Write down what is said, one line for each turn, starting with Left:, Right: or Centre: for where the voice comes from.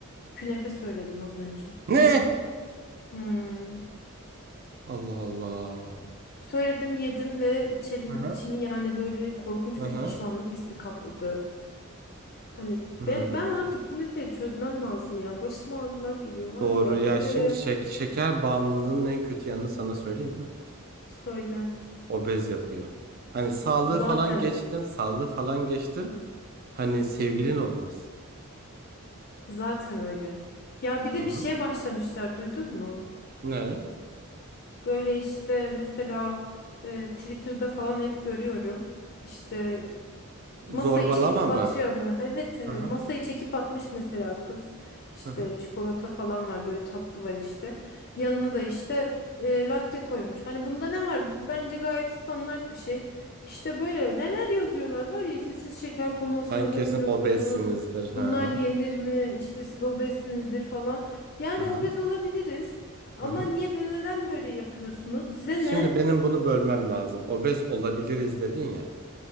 Left: künefe söyledim az önce.
Right: Ne?
Left: Hmm.
Right: Allah Allah.
Left: Söyledim yedim ve içerim,
Right: Hı hı.
Left: içimi yani böyle korkunç
Right: Hı hı.
Left: bir pişmanlık hissi kapladı. Hani
Right: Hmm.
Left: ben ben artık bu meseleyi çözmem lazım ya. Başıma ağrılar giriyor var
Right: Doğru
Left: ya
Right: ya.
Left: böyle
Right: Şimdi şek- şeker bağımlılığının en kötü yanını sana söyleyeyim mi?
Left: söyle.
Right: obez yapıyor. Hani sağlığı
Left: Zaten
Right: falan geçtim, sağlığı falan geçtim. Hani sevgilin olmaz.
Left: zaten öyle. Ya bir de
Right: Hı hı.
Left: bir şeye başlamışlar duydun mu?
Right: Ne?
Left: Böyle işte mesela e, Twitter'da falan hep görüyorum. İşte Masayı
Right: Zorbalama
Left: çekip
Right: mı?
Left: atıyor mu? Evet evet
Right: Hı hı.
Left: masayı çekip atmış mesela kız. İşte
Right: Hı hı.
Left: çikolata falan var böyle tatlı var işte. Yanına da işte e, latte koymuş. Hani bunda ne var? Bu bence gayet standart bir şey. İşte böyle neler yazıyorlar var ya işte siz şeker komasından
Right: Sen kesin
Left: ölmüyor
Right: obezsinizdir.
Left: musunuz?
Right: Hı
Left: Bunlar
Right: hı.
Left: yenir mi? İşte siz obezsinizdir falan. Yani
Right: Hı hı.
Left: obez olabiliriz. Ama
Right: Hı hı.
Left: niye de neden böyle yapıyorsunuz? Size
Right: Şimdi
Left: ne?
Right: benim bunu bölmem lazım. Obez olabiliriz dedin ya.